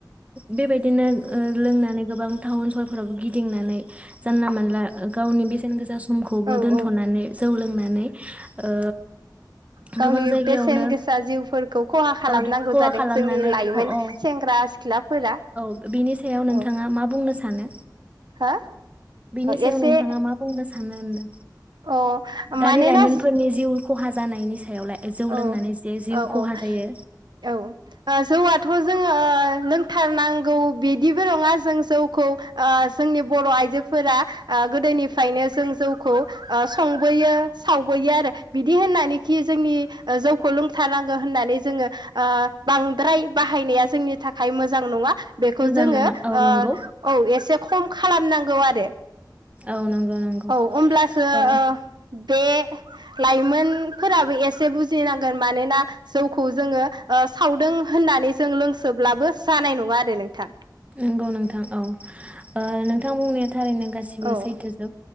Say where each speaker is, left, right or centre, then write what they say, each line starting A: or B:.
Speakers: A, on the right; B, on the right.
A: बेबायदि बिदिनो ओ लोंना गोबां टाउन सहरफोरावबो गिदिंनानै जानला मोनला गावनि बेसे <unintelligible> समखौबो
B: औ
A: दोनथ'नानै
B: औ
A: जौ लोंनानै ओ
B: गावनि
A: गोबां जायगायावनो
B: बेसेन गोसा जिउफोरखौ खहा खालामनांगौ
A: <unintelligible> खहा
B: जादों
A: खालामनानै
B: जोंनि लाइमोन
A: औ औ
B: सेंग्रा सिख्लाफोरा
A: औ बिनि सायाव नों
B: औ
A: मा बुंनो सानो?
B: हो
A: बेनि सायाव
B: एसे
A: नोंथाङा मा बुंनो सान सानो नो
B: अ
A: <unintelligible> दानि
B: मानोना
A: लाइमोनफोरनि जिउ खहा जानाय नि सायावलाय जौ
B: औ
A: लोंनानै जे जिउ
B: औ
A: खहा
B: औ
A: जायो
B: औ जौआथ' जों लोंथारनांगौ बिदिबो नङा जों जौखौ ओ जोंनि बर' आइजोफोरा गोदोनिफ्रायनो जों जौखौ ओ संबोयो सावबोयो आरो बिदि होननानैखि जोंनि ओ जौखौ लोंथारनांगो होननाय जोङो ओ बांद्राय बाहायनाया जोंनि थाखाय मोजां नङा बेखौ
A: मोजां
B: जोङो
A: नङा औ
B: ओ
A: नंगौ
B: औ एसे खम खालामनांगौ आरो
A: औ नंगौ नंगौ
B: औ हमब्लासो
A: औ
B: ओ बे लाइमोनफोराबो एसे एसे बुजिनांगोन मानोना जौखौ जोङो ओ सावदों होननानै जों लोंसोब्लाबो जानाय नङा आरो नोंथां
A: नंगौ नोंथां औ ओ नोंथां बुंन थारैनो गासिबो
B: औ
A: सैथोजोब